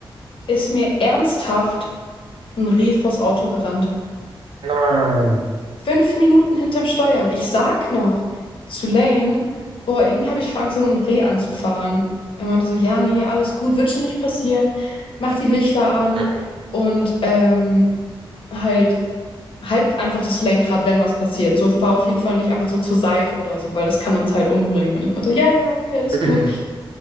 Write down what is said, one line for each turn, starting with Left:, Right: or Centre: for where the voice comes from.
Left: ist mir ernsthaft ein Reh vors Auto gerannt.
Right: Nein.
Left: Fünf Minuten hinterm Steuer und ich sag noch zu Lane, boah, irgendwie habe ich vor Angst, so ein Reh anzufahren. Er meinte so, ja, nee, alles gut, wird schon nicht passieren. Mach die Lichter an
Right: Mhm.
Left: und ähm, halt, halt einfach das Lenkrad, wenn was passiert. So fahr auf jeden Fall nicht einfach so zur Seite oder so, weil das kann uns halt umbringen. Und ich meinte so, ja, ja, okay, alles
Right: <clears throat>
Left: gut.